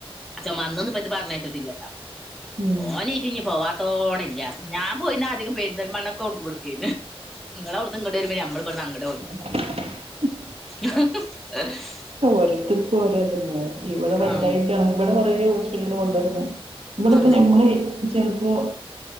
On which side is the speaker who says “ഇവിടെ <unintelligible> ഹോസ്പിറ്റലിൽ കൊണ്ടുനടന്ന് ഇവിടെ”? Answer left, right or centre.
Right